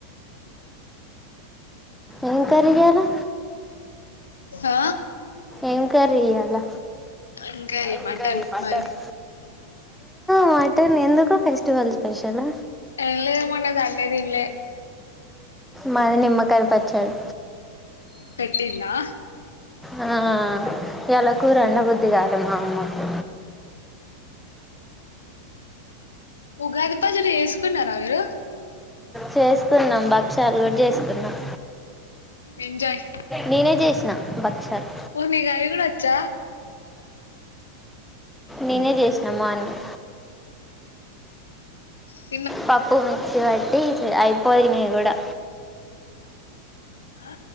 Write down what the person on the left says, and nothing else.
ఆ?
ఇంకా ఈ
మరి
ఏం లేదు మొన్న సండే తినలే
పెట్టిందా
ఉగాది పచ్చడి జేసుకున్నారా, మీరు
ఎంజాయ్
ఓ నీకు అది కూడా వచ్చా
హ్మ్
ఆ